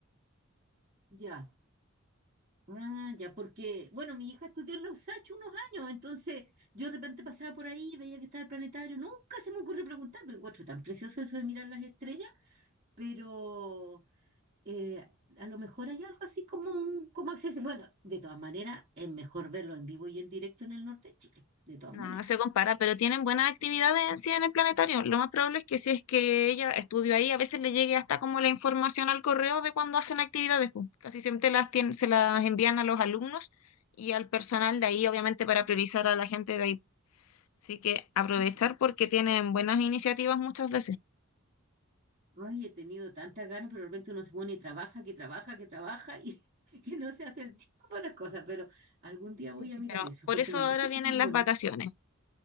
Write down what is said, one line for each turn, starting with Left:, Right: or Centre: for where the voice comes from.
Right: Ya, ah, ya, porque, bueno, mi hija estudió en los Sach unos años, entonces yo de repente pasaba por ahí y veía que estaba el planetario. Nunca se me ocurre preguntar, me encuentro tan precioso eso de mirar las estrellas, pero eh, a lo mejor hay algo así como, un- como acceso. Bueno, de todas maneras, es mejor verlo en vivo y en directo en el norte de Chile, de todas
Left: No,
Right: maneras.
Left: no se compara, pero tienen buenas actividades en sí en el planetario. Lo más probable es que si es que ella estudió ahí, a veces le llegue hasta como la información al correo de cuando hacen actividades. pues. Casi siempre las tien- se las envían a los alumnos y al personal de ahí, obviamente, para priorizar a la gente de ahí. Así que aprovechar
Right: Sí, pues,
Left: porque tienen buenas iniciativas muchas veces.
Right: ay, he tenido tantas ganas, pero de repente uno se pone y trabaja, que trabaja, que trabaja y, <laughs> y no se hace el tiempo para las cosas, pero algún día
Left: Sí.
Right: voy a mirar
Left: Pero
Right: eso,
Left: por
Right: porque
Left: eso
Right: me
Left: ahora
Right: han dicho
Left: vienen
Right: que son
Left: las
Right: bonitas.
Left: vacaciones.